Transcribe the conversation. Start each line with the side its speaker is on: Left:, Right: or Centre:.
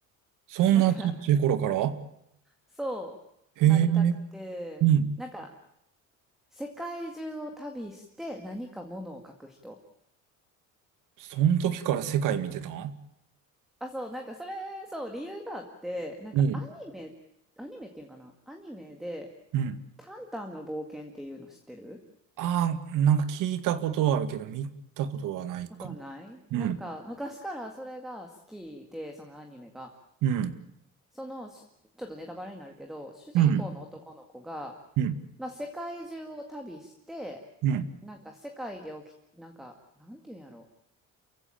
Right: そんなちっちゃい頃から
Centre: なんか、そう、
Right: へえ。
Centre: なりたくて、
Right: うん。
Centre: なんか、世界中を旅して何かものを書く人。
Right: そん時から世界見てたん
Centre: あ、そう、なんかそれ、そう、理由があって、なんかアニメ、
Right: うん。
Centre: アニメっていうんかな、アニメで、
Right: うん。
Centre: タンタンの冒険っていうの知ってる
Right: ああ、なんか聞いたことはあるけど、見たことはないかも。
Centre: ことはないなんか昔からそれが好きで、
Right: うん。
Centre: そのアニメが。
Right: うん。
Centre: その、しちょっとネタバレになるけど、主人公の男の子が、
Right: うん。うん。
Centre: まあ、世界中を旅して、
Right: うん。
Centre: なんか世界で起き、なんか、なんていうんやろ。